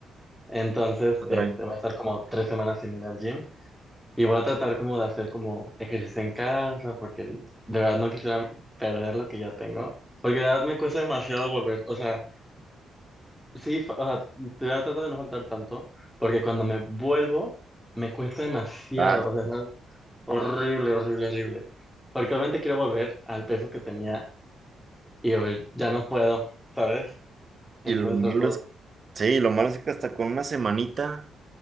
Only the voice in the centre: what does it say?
Entonces,
este,
voy a estar como tres semanas sin ir al gym y voy a tratar como de hacer como ejercicio en casa, porque de verdad no quisiera perder lo que ya tengo. Porque de verdad me cuesta demasiado volver. O sea, Sí, fa- o sea, tra- trato de no faltar tanto, porque cuando me vuelvo, me cuesta demasiado,
o sea, es algo horrible, horrible, horrible. Porque obviamente quiero volver al peso que tenía y hoy ya no puedo, ¿sabes? Entonces
trato
de...